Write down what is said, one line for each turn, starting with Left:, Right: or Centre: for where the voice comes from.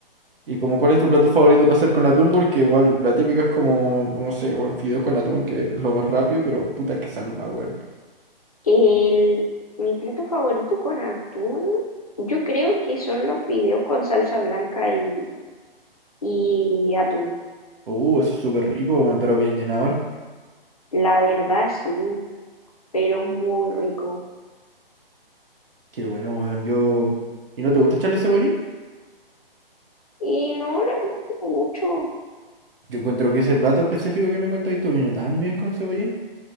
Right: y como, ¿cuál es tu plato favorito para hacer con atún? Porque igual la típica es como, no sé, weón, fideos con atún, que es lo más rápido, pero puta que salva, weón.
Left: El, mi plato favorito con atún, yo creo que son los fideos con salsa blanca y, y atún.
Right: Uh, eso es súper rico, weón, pero bien llenador.
Left: La verdad, sí, pero es muy rico.
Right: Qué bueno, weón. Yo. ¿Y no te gusta echarle cebollín?
Left: Y no, la verdad que no mucho.
Right: Yo encuentro que ese plato específico que me contáis tú viene tan bien con cebollín.